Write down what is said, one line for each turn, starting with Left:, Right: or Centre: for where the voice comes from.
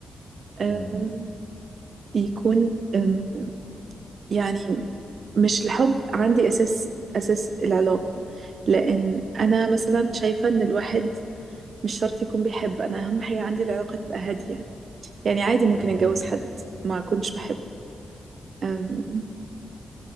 Right: آه
Centre: أمم،
Right: يكون آم، يعني مش الحب عندي أساس أساس العلاقة لأن أنا مثلا شايفة إن الواحد مش شرط يكون بيحب أنا أهم حاجة عندي العلاقة تبقى هادية يعني عادي ممكن
Centre: أيوه
Right: أتجوز
Centre: أيوه
Right: حد ما كنتش بحبه آم،